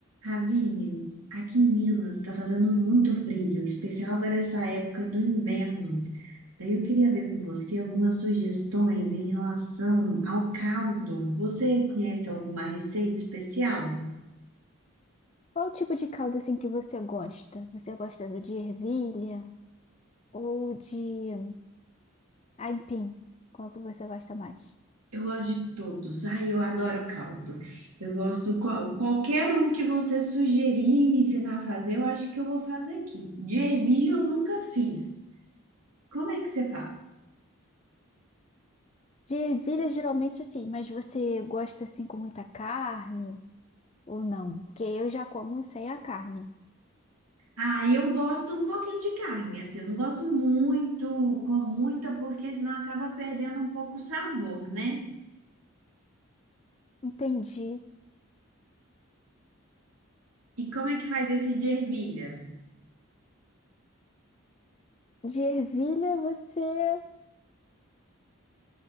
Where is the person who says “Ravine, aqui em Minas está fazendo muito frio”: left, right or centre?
Right